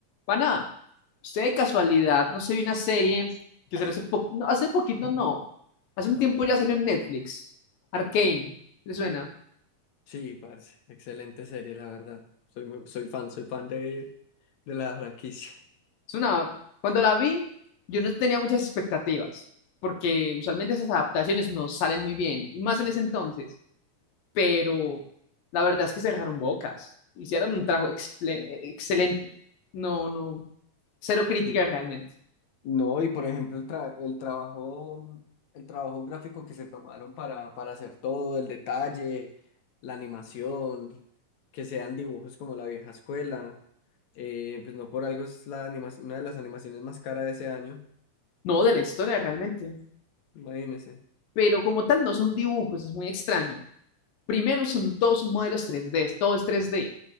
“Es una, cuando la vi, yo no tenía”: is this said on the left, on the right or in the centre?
Left